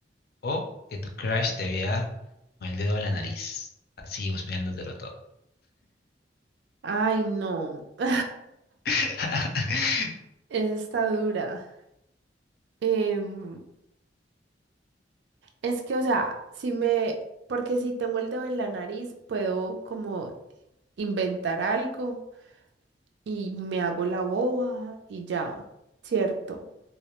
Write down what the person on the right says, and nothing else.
Ay, no. <laughs>
Esa está dura. Em, es que, o sea, si me, porque si tengo el dedo en la nariz, puedo como inventar algo y me hago la boba y ya, ¿cierto?